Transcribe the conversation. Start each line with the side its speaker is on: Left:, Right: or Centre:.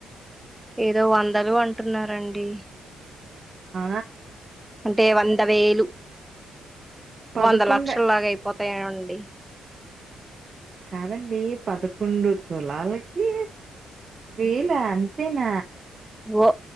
Centre: ఏదో వందలు అంటున్నండి
Right: ఆ
Centre: అంటే వంద వేలు
Right: పదకొండు
Centre: వంద లక్షలలాగా అయిపోతే ఈనుండి
Right: కాదండి పదకొండు తులాలకి వీల అంతేనా
Centre: ఓ